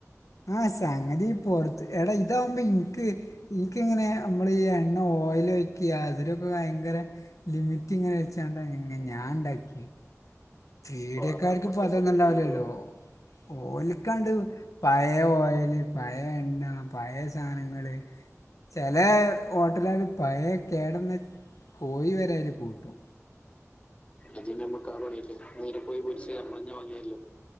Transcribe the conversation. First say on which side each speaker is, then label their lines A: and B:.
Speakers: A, on the left; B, on the left.
A: ആഹ് സംഗതി പൊറത്ത് എടാ ഇതാവുമ്പോ ഇനിക്ക്. ഇക്കെങ്ങനെ അമ്മള് ഈ എണ്ണ ഓയലൊയ്ക്യേ അതിലൊക്കെ ഭയങ്കര ലിമിറ്റ് ഇങ്ങനെ വെച്ചാണ്ട് അങ്ങ് ഞാൻ ഉണ്ടാക്കി. പീട്യക്കാർക്ക്
B: ഓ അപ്പൊ നമ്മക്ക്
A: ഇപ്പൊ അതൊന്നുംണ്ടാവുല്ലല്ലോ.
B: നമ്മുടെ കൺട്രോൾ
A: ഓൽക്കാണ്ട് പയെ ഓയല് പയെ എണ്ണ പയെ സാനങ്ങള് ചില ഹോട്ടലുകാര് പഴയ കേടന്ന് കോഴി വരെ കൂട്ടും.
B: ഇതി <unintelligible> നേരെ പോയി വിരിച്ച് നമ്മളന്നെ വങ്ങിയല്ലോ.